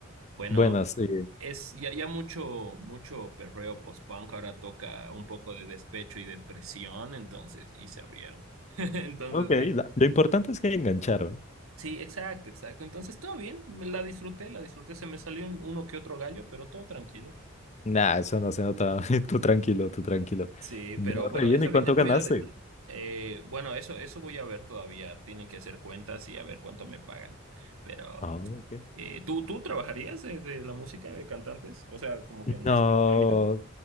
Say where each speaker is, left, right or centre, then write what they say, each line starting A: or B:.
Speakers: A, on the right; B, on the left.
A: bueno,
B: Bueno, sí.
A: es ya, ya mucho, mucho perreo post-punk, ahora toca un poco de despecho y depresión, entonces, y se rieron. <laughs> Entonces,
B: Ok,
A: bien.
B: la- lo importante es que engancharon.
A: Sí, exacto, exacto. Entonces, todo bien, me la disfruté, la disfruté, se me salió un- uno que otro gallo, pero todo tranquilo.
B: Nah, eso no se nota. <laughs> Tú tranquilo, tú tranquilo.
A: Sí,
B: No,
A: pero bueno,
B: re bien.
A: esa,
B: ¿Y
A: vi-
B: cuánto
A: esa
B: ganaste?
A: vida de... tra- eh, bueno, eso, eso voy a ver todavía. Tienen que hacer cuentas y a ver cuánto me pagan. Pero,
B: Ah, ok.
A: eh, ¿tú, tú trabajarías de, de la música de cantantes? O sea, como que en
B: No,
A: este ámbito.